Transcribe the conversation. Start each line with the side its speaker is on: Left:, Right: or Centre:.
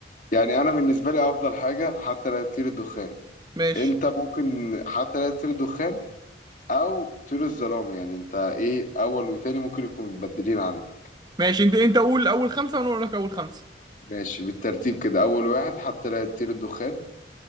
Left: يعني أنا بالنسبة لي أفضل حاجة حتى لا تطير الدخان
Right: ماشي
Left: أنت ممكن حتى لا تطير الدخان أو طيور الظلام يعني أنت إيه أول وتاني ممكن يكونوا متبدلين عندك
Right: ماشي انت انت قول اول خمسه وانا اقول لك اول خمسه
Left: ماشي بالترتيب كده أول واحد حتى لا تطير الدخان